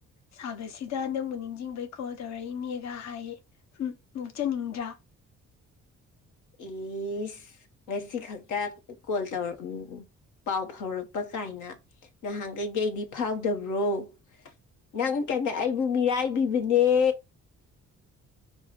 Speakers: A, on the left (about 65°); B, on the left (about 80°).
A: ꯁꯥꯕꯁꯤꯗ ꯅꯪꯕꯨ ꯅꯤꯡꯁꯤꯡꯕꯩ ꯀꯣꯜ ꯇꯧꯔꯛꯏꯅꯦꯒ ꯍꯥꯏ ꯎ ꯃꯣꯛꯆꯅꯤꯡꯗ꯭ꯔꯥ
B: ꯏꯁꯁ ꯉꯁꯤ ꯈꯛꯇ ꯀꯣꯜ ꯇꯧꯔꯛ ꯎꯝ ꯎꯃ ꯄꯥꯎ ꯐꯥꯎꯔꯛꯄ ꯀꯥꯏꯅ ꯅꯍꯥꯟꯒꯩꯗꯤ ꯑꯩꯗꯤ ꯐꯥꯎꯗꯕ꯭ꯔꯣ ꯅꯪ ꯀꯟꯅ ꯑꯩꯕꯨ ꯃꯤꯔꯥꯏꯕꯤꯕꯅꯦ